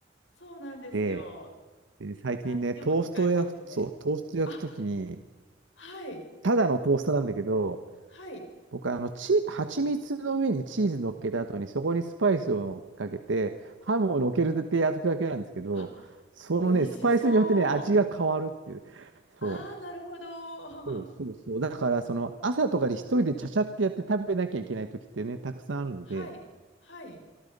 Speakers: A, on the left (about 75°); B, on the right (about 80°).
A: そうなんですよ。
B: で、でね最近ね、
A: 何でも使えますよね。
B: トーストを焼くと、トーストを焼くときに、
A: あ、はい、
B: ただのトーストなんだけど、
A: はい。
B: 僕はあの、チ蜂蜜の上にチーズ乗っけた後に、そこにスパイスをかけて、ハムを乗っけるってやつだけなんですけど、
A: あ、
B: そのね、
A: 美味しそう。
B: スパイスによってね、味が変わるっていう。
A: ああ、
B: そう。
A: なるほど。<laughs>
B: そうそうそう。だから、その、朝とかに一人でちゃちゃってやって食べなきゃいけない時ってね、たくさんあるので、
A: はい、はい。